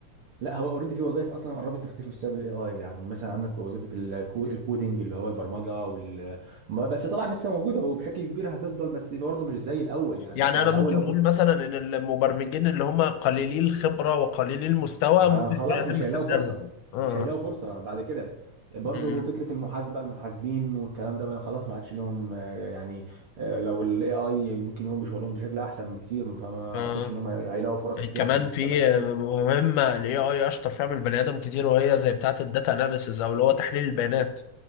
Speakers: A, on the right; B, on the left.
A: لا هو اوريدي في وظائف اصلا قربت تختفي بسبب الاي اي يعني مثلا عندك وظيفه الكو- الكودينج اللي هو البرمجه وال ما- بس طبعا لسه موجوده وبشكل كبير هتفضل بس برضه مش زي الاول يعني
B: يعني
A: انت الاول
B: انا ممكن
A: لو
B: نقول مثلا ان المبرمجين اللي هم قليلي الخبره وقليلي المستوى
A: ها
B: ممكن
A: خلاص
B: يكون يتم
A: مش
B: استبدالهم
A: هيلاقوا فرصة
B: اه
A: مش هيلاقوا فرصة بعد كده برضه
B: مم.
A: فكرة المحاسبة المحاسبين والكلام ده بقى خلاص ما عادش لهم آه، يعني آه، لو ال AI ممكن يقوم بشغلهم بشكل أحسن بكتير فما
B: اه
A: أعتقدش إن هم هيلاقوا فرص كتيرة
B: كمان
A: في المستقبل
B: في مهمه الاي اي اشطر فيها من البني ادم كتير وهي زي بتاعه الداتا اناليسز او اللي هو تحليل البيانات